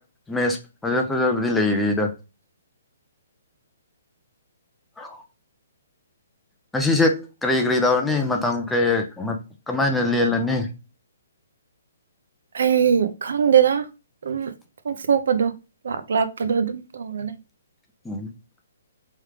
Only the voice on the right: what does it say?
ꯑꯩ ꯈꯪꯗꯦꯗ ꯗꯨꯝ ꯊꯣꯛ ꯊꯣꯛꯄꯗꯣ ꯂꯥꯛ ꯂꯥꯛꯄꯗꯣ ꯑꯗꯨꯝ ꯇꯧꯔ ꯂꯩ